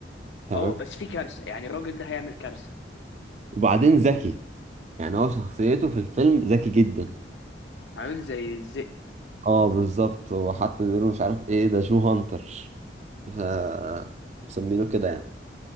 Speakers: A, on the right; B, on the left.
A: تمام
B: اه بس في كارثه يعني الراجل ده هيعمل كارثه
A: وبعدين ذكي يعني هو شخصيته في الفيلم ذكي جدا
B: عامل زي الذئب
A: اه بالظبط هو حتى بيقولوا مش عارف ايه ده جو هانتر ف مسمينه كده يعني